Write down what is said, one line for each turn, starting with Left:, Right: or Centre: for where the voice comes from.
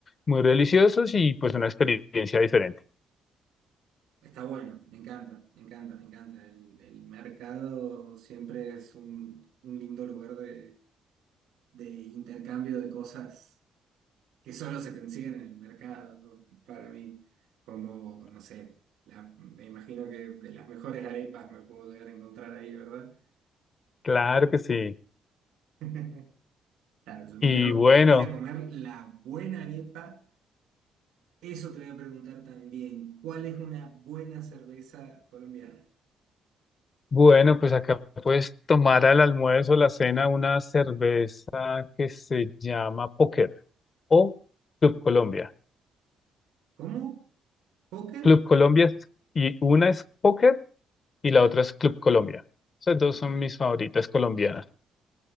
Left: muy deliciosos y pues una experiencia diferente.
Right: Está bueno, me encanta, me encanta, me encanta. El, el mercado siempre es un, un lindo lugar de, de intercambio de cosas que solo se consiguen en el mercado para mí, como, no sé, la- me imagino que de las mejores arepas me puedo llegar a encontrar ahí, ¿verdad?
Left: Claro que sí.
Right: <laughs> Claro, yo me
Left: Y
Right: quiero
Left: bueno.
Right: ir a comer la buena arepa. Eso te voy a preguntar también, ¿cuál es una buena cerveza colombiana?
Left: Bueno, pues acá puedes tomar al almuerzo o la cena una cerveza que se llama Póker o Club Colombia.
Right: ¿Cómo? ¿Poker?
Left: Club Colombia es- y una es Póker y la otra es Club
Right: Ah,
Left: Colombia. Esas dos
Right: ok,
Left: son mis favoritas colombianas.